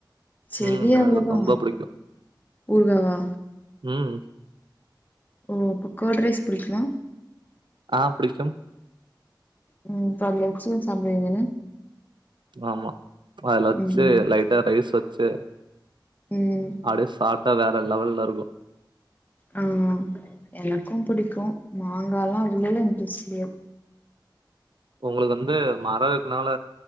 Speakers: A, on the left (about 20°); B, on the right (about 75°).
A: செடி
B: ம் எனக்கு
A: அவ்ளோதா
B: ரொம்ப புடிக்கும்
A: ஊற்காவா
B: ம்
A: ஓ அப்போ கேட் ரைஸ் புடிக்குமா
B: ஆ புடிக்கும்
A: ம் அப்ப அதுல வெச்சு சாப்டிவீங்க
B: ஆமா அதுல வெச்சு
A: ம்
B: லைட்டா ரைஸ் வெச்சு
A: ம்
B: அப்டியே சாப் ட்டா வேற லெவல்ல இருக்கு
A: ஆ எனக்கு புடிக்கு மாங்காலா அவ்ளோ இன்ட்ரெஸ்ட் கெடயாத்
B: உங்களுக்கு வந்து மரோ இருக்குனால